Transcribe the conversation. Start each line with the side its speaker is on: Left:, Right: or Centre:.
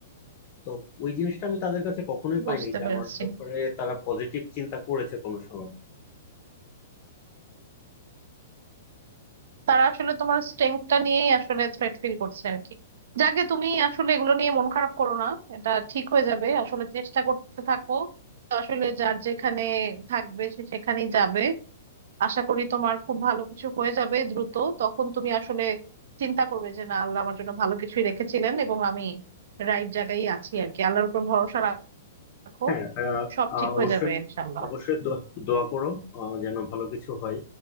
Left: তো ওই জিনিসটা আমি তাদের কাছে কখনোই
Right: বুঝতে
Left: পাইনি যে
Right: পেরেছি
Left: আমার ব্যাপারে তারা পজিটিভ চিন্তা করেছে কোনো সময়
Right: তারা আসলে তোমার স্ট্রেংথটা নিয়েই আসলে থ্রেট ফিল করছে আর কি যাকে তুমি আসলে এগুলো নিয়ে মন খারাপ করো না এটা ঠিক হয়ে যাবে আসলে চেষ্টা করতে থাকো তো আসলে যার যেখানে থাকবে সে সেখানেই যাবে আশা করি তোমার খুব ভালো কিছু হয়ে যাবে দ্রুত তখন তুমি আসলে চিন্তা করবে যে না আল্লাহ আমার জন্য ভালো কিছুই রেখেছিলেন এবং আমি রাইট জায়গায় আছি আর কি আল্লাহর উপর ভরসা রাখো
Left: হ্যাঁ আহ,
Right: সব
Left: আহ,
Right: ঠিক
Left: অবশ্যই
Right: হয়ে যাবে ইনশাল্লাহ
Left: অবশ্যই দো- দোয়া করো আহ, যেন ভালো কিছু হয়